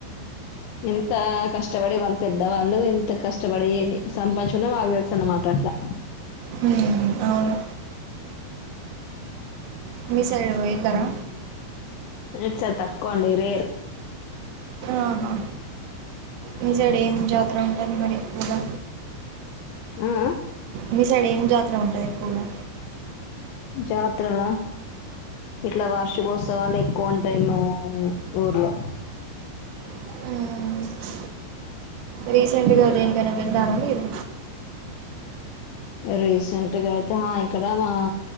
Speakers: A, on the left; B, on the right.
A: ఎంతా కష్టపడి వాళ్ళు పెద్దవాళ్ళు ఎంత కష్ కష్టపడి సంపాదించూకున్న వాళ్ళు తెలుసన్నమాట అట్లా
B: హ్మ్ అవును మీ సైడ్ వెళ్ళారా
A: ఇటు సైడు తక్కువండి రేర్
B: ఆహా మీసైడ్ ఎం జాత ఉంటది మరి ఎక్కువగా
A: ఆ
B: మీ సైడ్ ఏం జాతర ఉంటది ఎక్కువగా
A: జాత్రలా ఇట్లా వార్ష కోత్సవాలు ఎక్కువ ఉంటాయి ను అవు ఊర్లో
B: ఊ రీసెంట్గా దేనికైనా వెళ్ళారా మీరు
A: రీసెంట్ గా అయితే హా ఇక్కడ మా